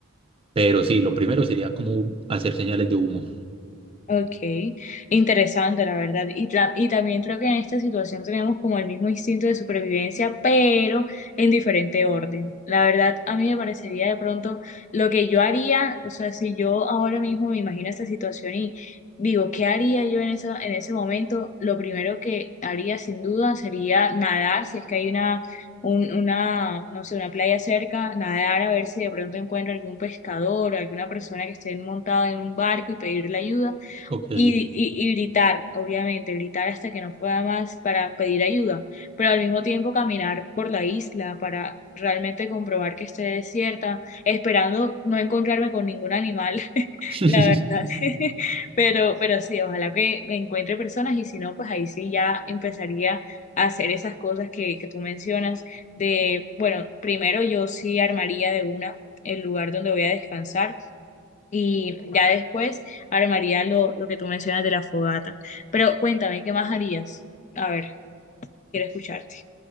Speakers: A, on the right; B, on the left.
A: Pero sí, lo primero sería como hacer señales de humo.
B: Okay, interesante la verdad. Y, tra- y también creo que en esta situación tenemos como el mismo instinto de supervivencia, pero en diferente orden. La verdad, a mí me parecería de pronto lo que yo haría, o sea, si yo ahora mismo me imagino esta situación y digo, ¿qué haría yo en esa, en ese momento? Lo primero que haría sin duda sería nadar, si es que hay una, un- una, no sé, una playa cerca, nadar a ver si de pronto encuentro algún pescador, alguna persona que esté montada en un barco y pedirle ayuda
A: Ok.
B: y, y, y gritar, obviamente, gritar hasta que no pueda más para pedir ayuda, pero al mismo tiempo caminar por la isla para realmente comprobar que esté desierta, esperando no encontrarme con ningún animal, <laughs>
A: <laughs>
B: la verdad. <laughs> Pero, pero sí, ojalá que me encuentre personas y si no, pues ahí sí ya empezaría a hacer esas cosas que, que tú mencionas de, bueno, primero yo sí armaría de una el lugar donde voy a descansar y ya después armaría lo, lo que tú mencionas de la fogata. Pero cuéntame, ¿qué más harías? A ver, quiero escucharte.